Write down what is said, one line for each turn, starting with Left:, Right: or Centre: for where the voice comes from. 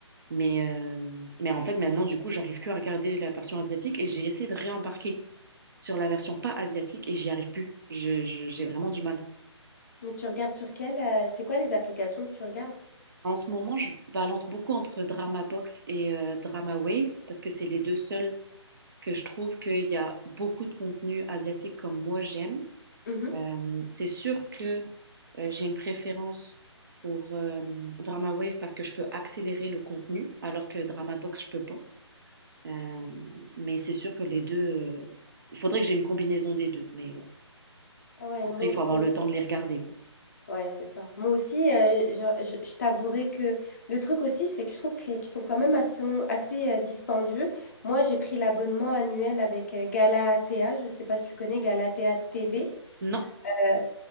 Right: Mais, euh, mais en fait, maintenant, du coup, j'arrive que à regarder la version asiatique et j'ai essayé de réembarquer sur la version pas asiatique et j'y arrive plus. Je- je- j'ai vraiment du mal.
Left: Mais tu regardes sur quelle euh, c'est quoi les applications que tu regardes?
Right: En ce moment, je balance beaucoup entre Drama Box et euh, Drama Wave parce que c'est les deux seuls que je trouve qu'il y a beaucoup de contenu asiatique comme moi j'aime.
Left: Mhm.
Right: Euh, c'est sûr que euh, j'ai une préférence pour euh, Drama Wave parce que je peux accélérer le contenu, alors que Drama Box, je peux pas. Euh, mais c'est sûr que les deux, euh, il faudrait que j'ai une combinaison des deux. Mais bon,
Left: Ah Ouais,
Right: après,
Left: moi
Right: il
Left: aussi.
Right: faut avoir le temps de les regarder, quoi.
Left: Ouais, c'est ça. Moi aussi, euh, je, je, je t'avouerai que le truc aussi, c'est que je trouve qu'ils qu'ils sont quand même assez, assez euh, dispendieux. Moi, j'ai pris l'abonnement annuel avec euh, Galatea. Je sais pas si tu connais Galatea TV.
Right: Non.
Left: Euh,